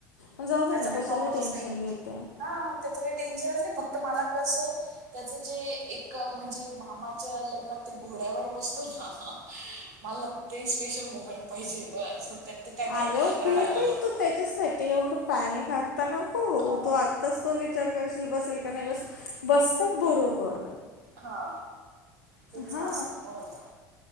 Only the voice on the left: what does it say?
म जाऊदे
ना
कशाला
टेन्शन
घेते.
अगं
भेटेल
तू ते. त्याच्या साठी एवढं पॅनिक आता नको होऊ,
तो आत्ताच तो विचार करशील बसेल का नाही
बस-बस त्यात बरोबर.
हा